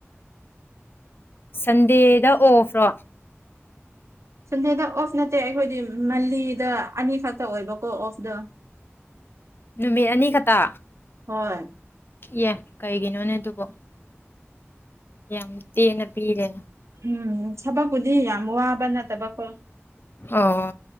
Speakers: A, on the left; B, on the right.
A: ꯁꯟꯗꯦꯗ ꯑꯣꯐ꯭ꯔꯣ
B: ꯁꯟꯗꯦꯗ ꯑꯣꯐ ꯅꯠꯇꯦ ꯑꯩꯈꯣꯏꯗꯤ ꯃꯜꯂꯤꯗ ꯑꯅꯤꯈꯛꯇ ꯑꯣꯏꯕꯀꯣ ꯑꯣꯐꯇ
A: ꯅꯨꯃꯤꯠ ꯑꯅꯤ ꯈꯛꯇ
B: ꯍꯣꯏ
A: ꯌꯥ ꯀꯩꯒꯤꯅꯣꯅꯦ ꯑꯗꯨꯕꯣ ꯌꯥꯝ ꯇꯦꯅ ꯄꯤꯔꯦꯅ
B: ꯎꯝ ꯊꯕꯛꯄꯨꯗꯤ ꯌꯥꯝ ꯋꯥꯕ ꯅꯠꯇꯕꯀꯣ
A: ꯑꯣ